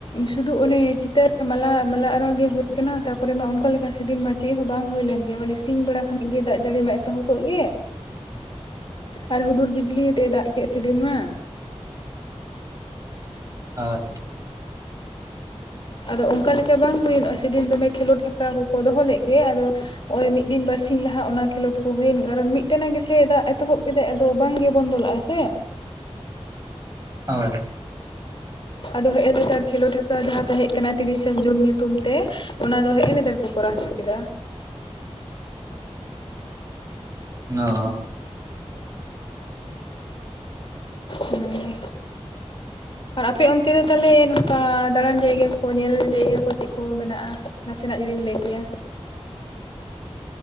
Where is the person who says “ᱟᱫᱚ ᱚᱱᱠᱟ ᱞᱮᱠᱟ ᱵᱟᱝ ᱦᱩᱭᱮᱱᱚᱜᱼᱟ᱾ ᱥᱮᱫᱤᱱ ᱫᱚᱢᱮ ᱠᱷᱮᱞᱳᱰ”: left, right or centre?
Left